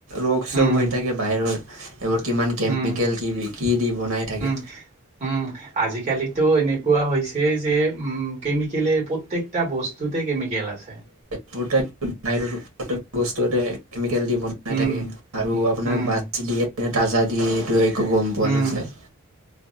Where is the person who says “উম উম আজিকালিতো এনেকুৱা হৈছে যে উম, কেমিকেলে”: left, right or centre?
Right